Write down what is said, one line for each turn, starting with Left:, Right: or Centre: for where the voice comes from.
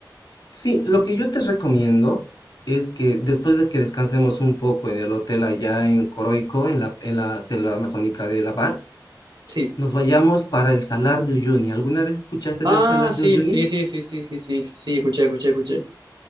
Left: Sí, lo que yo te recomiendo es que después de que descansemos un poco en el hotel allá en Coroico, en la, en la selva amazónica de La Paz,
Right: Sí.
Left: nos vayamos para el Salar de Uyuni. ¿Alguna vez escuchaste
Right: Ah,
Left: del Salar
Right: sí,
Left: de Uyuni?
Right: sí, sí, sí, sí, sí, sí, sí, escuché, escuché, escuché.